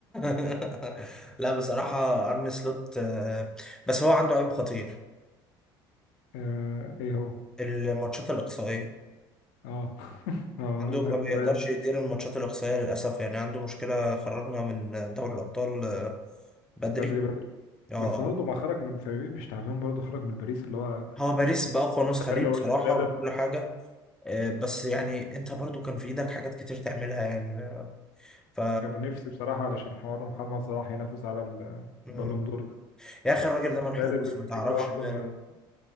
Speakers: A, in the centre; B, on the left.
A: <laughs> لا بصراحه ارني سلوت آه، بس هو عنده عيب خطير
B: آه ايه هو
A: الماتشات الاقصائيه
B: اه <laughs> اه
A: عنده ما
B: خدت
A: بيقدرش
B: بالي
A: يدير الماتشات الإقصائية للأسف يعني عنده مشكلة خرجنا من دوري الأبطال آه، بدري
B: بدري بدري
A: اه
B: بس برضه ما خرج من فريق مش تعبان برضه خرج من باريس اللي هو
A: هو باريس بأقوى نسخة
B: تفاؤل
A: ليه
B: اول
A: بصراحة
B: ثلاثه
A: بكل حاجة آه، بس يعني انت برضو كان في ايدك حاجات كتير تعملها يعني آه، ف
B: كان نفسي بصراحه علشان حوار محمد صلاح ينافس على البالون
A: مم.
B: دور
A: يا اخي الراجل ده منحوس
B: قال البريمير
A: ما تعرفش
B: ليج لوحده
A: ماله
B: ما